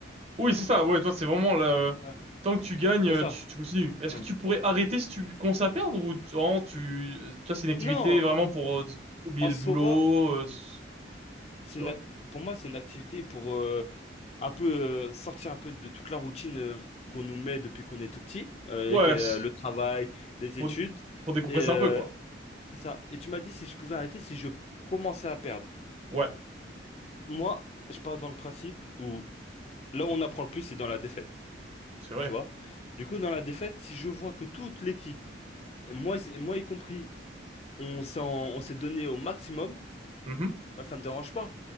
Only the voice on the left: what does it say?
Ouais,
c'est
ça.
Ouais.
Non,
en
soi,
c'est
une
ac- pour moi, c'est une activité pour euh, un peu euh, sortir un peu de toute la routine euh, qu'on nous met depuis qu'on est tout petit, euh,
qui est, euh,
le travail, les
études.
Et euh,
c'est ça. Et tu m'as dit si je pouvais arrêter, si je commençais à perdre.
Moi, je pars dans le principe où là où on apprend le plus, c'est dans la défaite.
Tu vois? Du coup, dans la défaite, si je vois que toute l'équipe, moi, moi y compris, on s'en, on s'est donné au maximum,
bah ça me dérange pas.